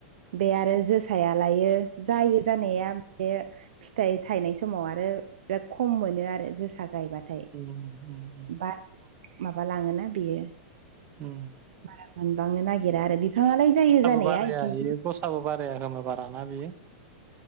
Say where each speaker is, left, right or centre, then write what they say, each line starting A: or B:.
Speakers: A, on the right; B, on the right.
A: बे आरो जोसायालायो जायो जानाया बे फिथाइ थायनाय समाव आरो बिराद खम मोनो आरो जोसा गायबाथाय।
B: उम। उम उम।
A: बारजों माबा लाङोना बेयो।
B: उम।
A: बारा मोनबांनो नागिरा आरो बिफाङालाय जायो
B: फेंखाबो
A: जानाया
B: बाराया
A: खिन्थु
B: इयो गसाबो बाराया खोमा बाराना बेयो